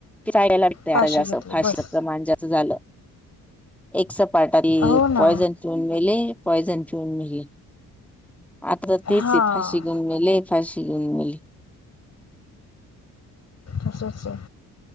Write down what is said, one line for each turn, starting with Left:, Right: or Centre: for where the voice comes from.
Centre: ते <unintelligible>
Left: फाशी घेतली
Centre: फाशीच
Left: बस
Centre: प्रमाण जास्त झाल. एक सपाटा ते,
Left: हो ना.
Centre: पॉयझन पिऊन मेले. पॉयझन पिऊन मेले. आता तर तेच
Left: हा
Centre: आहे फाशी घेऊन मेले. फाशी घेऊन मेले.
Left: असच आहे.